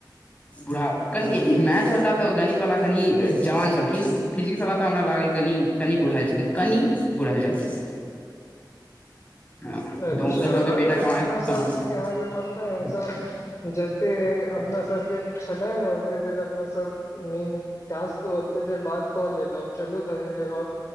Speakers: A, on the left; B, on the left.
A: बूढ़ा कनिये
B: ह
A: इ मेएथ बला तऽ, गणित वाला कनी जवान छलखिन फिजिक्स बला तऽ हमरा लागल कनि कनी बुढ़ाएल छलखिन कनी बुढ़ाएल छलखिन। हँ
B: अच्छा,
A: तऽ हुनकर सबके
B: अरे
A: बेटा
B: अपना
A: कमाइत
B: सबके
A: कमाबैत
B: अहाँके हमसब, जते अपना सबके छलेए ने, ओते देर अपना सब मीन, टास्क ओते देर बात कऽ लेलौ। चलू कनी देर और,